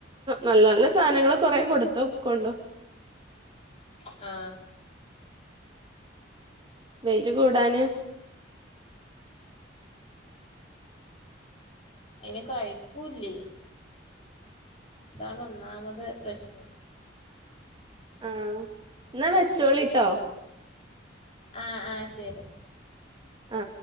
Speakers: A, on the right; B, on the left.
A: നല്ല നല്ല സാനങ്ങള് കൊറ കൊടുത്തോ ക്കണ്
B: ആ
A: വെയിറ്റ് കൂടാന്
B: അയിന് കഴിക്കൂല്ലേ അതാണ് ഒന്നാമത് പ്രശ്നം
A: ആ ന്നാ വെച്ചോളിട്ടോ
B: ആ ആ ശരി
A: ആ